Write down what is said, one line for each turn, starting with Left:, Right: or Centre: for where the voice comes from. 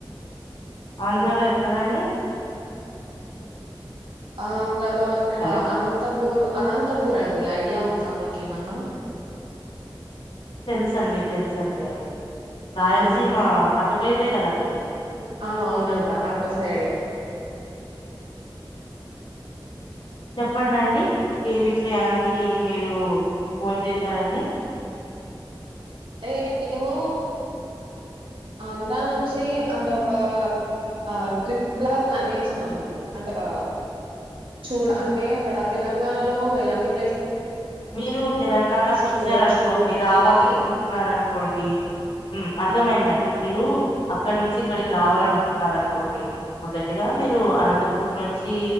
Left: ఆంధ్రాలో ఎక్కరండి
Right: అ ఆంధ్రాలో ఇక్కడ
Left: హలో
Right: అనంతపూర్ అనంతపూర్ అండి ఐడియా ఉందా మీకేమన్నా
Left: తెలుసండి తెలుసండి అది రాయలసీమ
Right: ఆ
Left: అటువైపే కదండి
Right: ఆ అవునండ అటు సైడే
Left: చెప్పండండి ఏ విషయానికి మీరు పోన్ చేశారండి
Right: ఏ మేము అంధ్రా నుంచి అంటే ఒకా ఆ ట్రిప్ లా ప్లాన్ ఏసినాము అంటే ఆ చూడ అంటే అక్కడ తెలంగాణలో ఎలాంటి ప్లేస్
Left: మీరు తెలంగాణకొచ్చారనుకోండి
Right: చూడొచ్చు
Left: రావాలనుకుంటున్నారనుకోండి
Right: అని
Left: ఉమ్ అర్థమయిందండి మీరు అక్కడ్ నుంచ్ ఇక్కడిక్ రావాలనుకుంటున్నారనుకోండి మొదటిగా మీరు అనంతపూర్ నుంచి